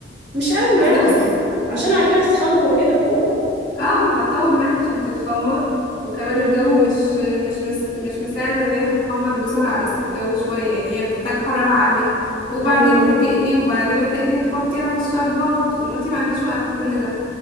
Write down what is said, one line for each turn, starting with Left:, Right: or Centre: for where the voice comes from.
Right: مش قوي
Left: اصل
Right: يعني
Left: بص
Right: عشان العجينة تتخمر وكده والجو ده
Left: اه هتطول معاك عشان تتخمر وكمان
Right: امم
Left: الجو مش مش مش, مش مساعد ان هي تتخمر بسرعة لسه الجو شوية يعني هي بتحتاج حرارة عالية وبعدين
Right: ايوه
Left: هتقلي وبعد ما تقلي تحطيها في الشربات وانتي ما عندكيش وقت لكل ده